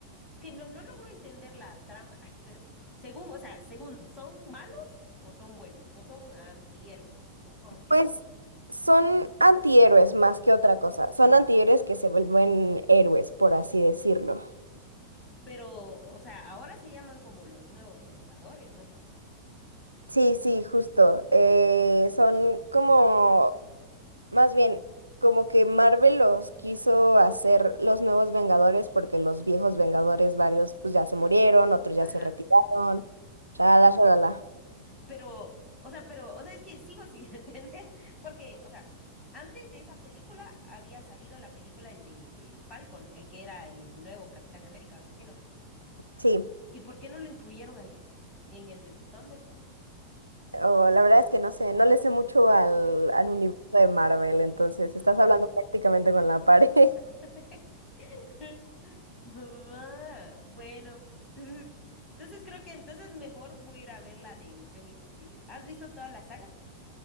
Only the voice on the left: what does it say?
que no, no logro entender la trama. <laughs> Según, o sea, según, ¿son malos o son buenos? ¿O son antihéroes? ¿O cómo- qué
son?
Pero, o sea, ahora se llaman como los nuevos Vengadores, ¿no?
Ajá.
Pero, o sea, pero, o sea, es que sigo sin <laughs> entender, porque, o sea, antes de esa película había salido la película, el de Falcon, el que era el nuevo Capitán América, algo así, ¿no?
¿Y por qué no lo incluyeron ahí, en el de Thunderbolt?
Ah.
<laughs> <laughs> Mamá, bueno, entonces, entonces creo que entonces mejor voy a ir a ver la de Misión Imposible. ¿Has visto toda la saga?